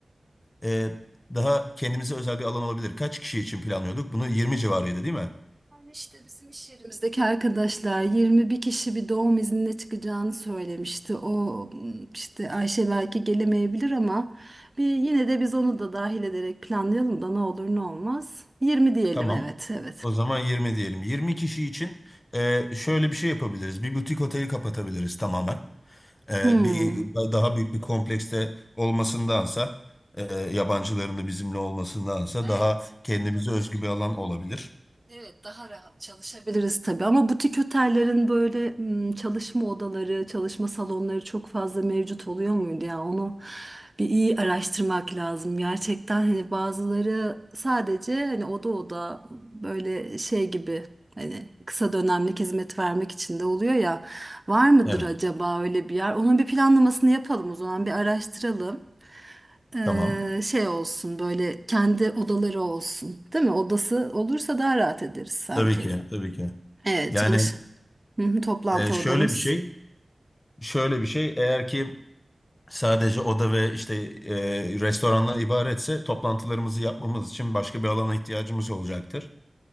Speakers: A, on the left (about 30°); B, on the right (about 25°).
A: e, daha kendimize özel bir alan olabilir. Kaç kişi için planlıyorduk? Bunu 20 civarıydı değil mi?
B: Yani işte bizim iş yerimizdeki arkadaşlar 21 kişi bir doğum iznine çıkacağını söylemişti. O hmm, işte Ayşe belki gelemeyebilir ama bir yine de biz onu da dahil ederek planlayalım da ne olur ne olmaz. 20 diyelim
A: Tamam.
B: evet evet.
A: O zaman 20 diyelim. 20 kişi için e, şöyle bir şey yapabiliriz. Bir butik oteli kapatabiliriz tamamen. E,
B: Hmm.
A: bir daha büyük bir komplekste olmasındansa, e, yabancıların da bizimle olmasındansa
B: Hmm, Evet,
A: daha kendimize
B: olabilir.
A: özgü bir alan olabilir.
B: Evet, daha rahat çalışabiliriz tabii ama butik otellerin böyle hmm, çalışma odaları, çalışma salonları çok fazla mevcut oluyor muydu ya? Onu bir iyi araştırmak lazım. Gerçekten hani bazıları sadece hani oda oda böyle şey gibi hani kısa dönemlik hizmet vermek için de oluyor ya. Var mıdır
A: Evet.
B: acaba öyle bir yer? Onun bir planlamasını yapalım o zaman bir araştıralım. Ee,
A: Tamam.
B: şey olsun böyle kendi odaları olsun değil mi? Odası olursa daha rahat ederiz sanki.
A: Tabii ki, tabii ki.
B: Evet
A: Yani
B: çalış. Hı hı, toplantı
A: e, şöyle
B: odamız.
A: bir şey, şöyle bir şey. Eğer ki sadece oda ve işte e, restorandan ibaretse toplantılarımızı yapmamız için başka bir alana ihtiyacımız olacaktır.